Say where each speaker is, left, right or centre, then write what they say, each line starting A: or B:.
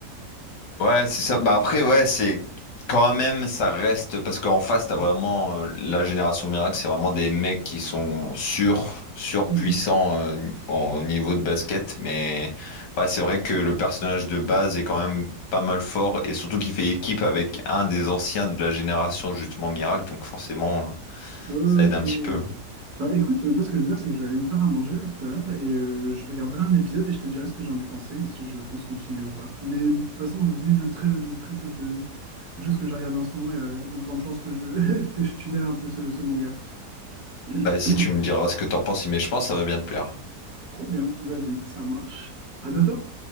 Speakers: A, on the left (about 85°); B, on the right (about 65°).
A: Ouais, c'est ça. Bah après, ouais, c'est quand même, ça reste parce qu'en face, t'as vraiment euh, la génération miracle, c'est vraiment des mecs qui sont sur, surpuissants
B: Mhm.
A: euh, ni- au niveau de basket. Mais ouais, c'est vrai que le personnage de base est quand même pas mal fort et surtout qu'il fait équipe avec un des anciens de la génération justement miracle. Donc forcément. euh,
B: Ok.
A: Ça aide un petit peu.
B: Bah écoute, euh, moi, ce que je vais faire, c'est que je vais aller me faire à manger là tout à l'heure et euh, je regarderai un épisode et je te dirai ce que j'en ai pensé et si je pense continuer ou pas. Mais de toute façon, vu le très, le très peu de, de choses que j'ai regardé en ce moment, il y a de grandes chances que je, <laughs> que je tunnel un peu ce ce manga. <clears throat>
A: Vas-y, tu me diras ce que t'en penses, mais je pense que ça va bien te plaire.
B: Trop bien, vas-y, ça marche. À bientôt.